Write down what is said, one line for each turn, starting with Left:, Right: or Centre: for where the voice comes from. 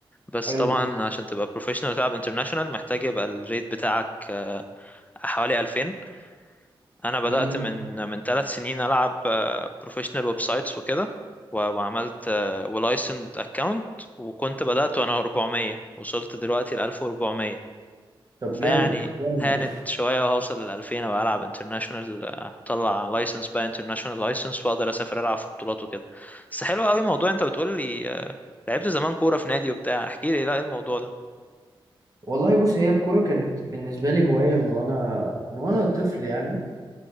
Left: بس
Right: حلو
Left: طبعا عشان تبقى بروفيشنال وتلعب انترناشونال محتاج يبقى الريت بتاعك آه، حوالي 2000 انا بدأت
Right: امم
Left: من من ثلاث سنين العب بروفيشنال ويب سايتس وكده و- وعملت ولايسند اكونت وكنت بدأت وانا 400 وصلت دلوقتي ل 1400
Right: طب
Left: فيعني
Right: جامد جامد
Left: هانت
Right: ده
Left: شوية وهوصل للألفين أبقى ألعب انترناشونال أطلع لايسنس بقى انترناشونال لايسنس وأقدر أسافر ألعب في بطولات وكده بس حلو قوي موضوع أنت بتقول لي آه، لعبت زمان كورة في نادي وبتاع احكي لي لا إيه الموضوع ده
Right: والله بص هي الكورة كانت بالنسبة لي هواية من وانا من وانا طفل يعني